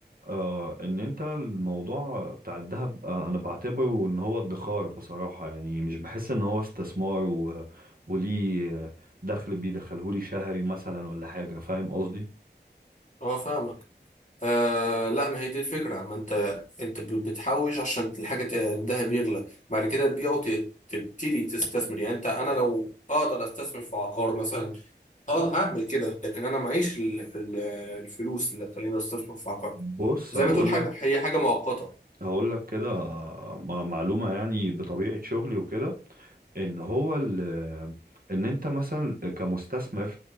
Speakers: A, on the right; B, on the left.
A: آه ان انت الموضوع بتاع الذهب آه انا بعتبره ان هو ادخار بصراحة يعني مش بحس ان هو استثمار و... وليه دخل بيدخلهولي شهري مثلا ولا حاجة فاهم قصدي
B: اه فاهمك آه لا ما هي دي الفكرة ما انت انت ب- بتحوش عشان الحاجة ت- الذهب بيغلى بعد كده تبيعه وتبتدي تستثمر يعني انت انا لو اقدر استثمر في عقار مثلا اه هعمل كده لكن انا معيش ال- ال- الفلوس اللي تخليني استثمر في عقار
A: بص
B: زي
A: اقولك
B: ما تقول حاجة هي حاجة مؤقتة
A: هقول لك كده مع- معلومة يعني بطبيعة شغلي وكده ان هو ال ان انت مثلا كمستثمر